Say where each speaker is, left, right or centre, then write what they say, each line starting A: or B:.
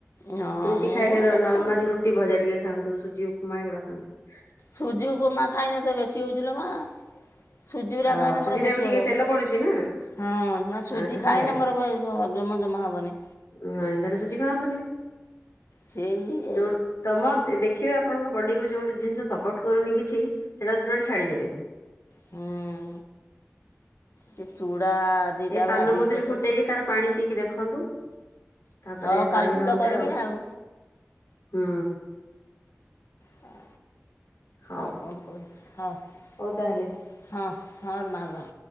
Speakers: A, on the left (about 70°); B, on the left (about 85°).
A: ହଁ
B: ରୁଟି
A: ମୁଁ
B: ଖାଇଲେ
A: ଏଇଟା
B: ର ନର୍ମାଲ
A: ଖାଏନି
B: ରୁଟି ଭଜା ଟିକେ ଖାଆନ୍ତୁ ସୁଜି ଉପମା ଏଗୁଡା ଖାଆନ୍ତୁ।
A: ସୁଜି ଉପମା ଖାଇଲେ ତ ବେଶୀ ହେଉଛି ଲୋ ମା। ସୁଜି ଗୁରା
B: ଅ
A: ଖାଇଲେ ମୋର
B: ସୁଜି
A: ବେଶୀ
B: ଟା ବି ଟିକେ
A: ହବ।
B: ତେଲ ପଡୁଛି ନା
A: ହଁ ନା ସୁଜି
B: ସେଥିପାଇଁ
A: ଖାଇନେ ମୋର ହଜମ ଜମା ହବନି।
B: ଏନ୍ତି ହେଲେ ସୁଜି ଖାଆନ୍ତୁନି।
A: ସେଇ
B: ଯୋଉ ତମ ଦେ ଦେଖିବେ ଆପଣଙ୍କ ବଡ଼ିକୁ ଯୋଉ ଜିନିଷ ଟା ସପୋର୍ଟ କରୁନି କିଛି ସେଟା ଟୋଟାଲ ଛାଡ଼ିଦେବେ।
A: ହୁଁ ସେ ଚୁଡ଼ା ଦିଟା
B: ଏଇ ପାନ
A: ଭାଜିକି
B: ମଧୁରୀ
A: କେତେବେଳେ
B: ଫୁଟେଇକି ତାର ପାଣି ପିଇକି ଦେଖନ୍ତୁ। ତାପରେ
A: ହଉ କାଲିଠୁ
B: କହିବେ
A: ତ
B: ମତେ
A: କରମି ଆଉ।
B: ହୁଁ
A: ହଁ
B: ହଉ
A: ଆଉ କଣ। <unintelligible> ହଁ
B: ହଉ ତାହେଲେ।
A: ହଁ ରେ ମା ରହ।